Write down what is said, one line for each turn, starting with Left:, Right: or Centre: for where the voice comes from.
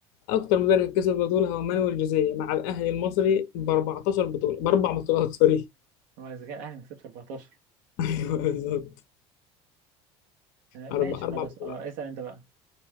Left: اكتر مدرب كسب بطولة هو مانويل جوزيه مع الاهلي المصري ب 14 بطولة باربع بطولات سوري <laughs>
Right: هو اذا كان الاهلي مكسب 14
Left: ايوه بالظبط
Right: آه، ماشي
Left: أربع أربع
Right: خلاص
Left: بطولات
Right: اه اسأل انت بقى